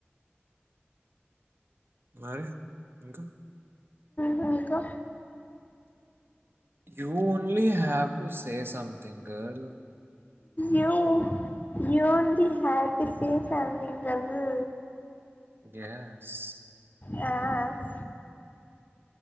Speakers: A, on the right (about 55°); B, on the left (about 35°).
A: మారి ఇంకా
B: ఇంకా
A: you only have to say something girl
B: you you only have to say something girl
A: గ్యాస్
B: యాస్